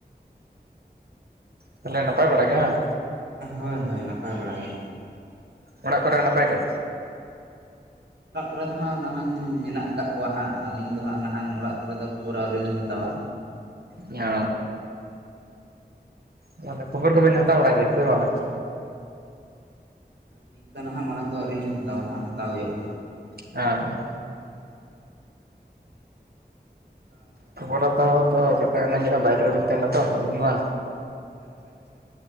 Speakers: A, on the right; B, on the right.
A: ᱛᱟᱦᱚᱞᱮ ᱱᱟᱯᱟᱭ ᱵᱟᱲᱟ ᱜᱮ ᱦᱮᱸᱜ
B: ᱦᱚᱭ ᱦᱟᱭ ᱱᱟᱯᱟᱭ ᱵᱟᱲᱟ ᱜᱮ᱾
A: ᱚᱲᱟᱜ ᱠᱚᱨᱮ ᱱᱟᱯᱟᱭ ᱜᱮ?
B: ᱚᱲᱟᱜ ᱠᱚᱨᱮ ᱫᱚ ᱦᱟᱸᱜ ᱱᱟᱦᱟᱝ ᱢᱮᱱᱟᱜ ᱟᱠᱟᱫ ᱠᱚᱣᱟ ᱦᱟᱸᱜ ᱟᱞᱤᱧ ᱫᱚ ᱦᱟᱸᱜ ᱱᱟᱦᱟᱝ ᱚᱲᱟᱜ ᱠᱚᱨᱮ ᱫᱚ ᱠᱷᱚᱵᱚᱨ ᱟᱣᱨᱤ ᱞᱤᱧ ᱦᱟᱛᱟᱣᱟ᱾
A: ᱧᱚ᱾ ᱛᱟᱦᱚᱞᱮ ᱠᱷᱚᱵᱚᱨ ᱠᱚᱵᱤᱱ ᱦᱟᱛᱟᱣ ᱵᱟᱲᱟᱭ ᱜᱮᱭᱟ ᱥᱮ ᱵᱟ?
B: ᱱᱤᱛᱚᱜ ᱱᱟᱦᱟᱸᱜ ᱢᱟᱬᱟᱝ ᱫᱚ ᱟᱣᱨᱤ ᱞᱤᱧ ᱦᱟᱛᱟᱣᱟ ᱦᱟᱸᱜ ᱦᱟᱛᱟᱣ ᱦᱩᱭᱩᱜ-ᱟ᱾
A: ᱟᱨ,
B: ᱠᱞᱟᱯ
A: ᱠᱷᱚᱵᱚᱨ ᱦᱟᱛᱟᱣ ᱦᱚᱸᱛᱚ ᱠᱟᱛᱷᱟ ᱠᱟᱱᱟ ᱜᱮᱭᱟ ᱵᱟᱭᱨᱮ ᱨᱮᱵᱤᱱ ᱛᱟᱦᱮᱱᱟ ᱛᱚ ᱟᱵᱤᱱ ᱢᱟ᱾
B: ᱟᱪᱪᱷᱟ ᱟᱪᱪᱷᱟ᱾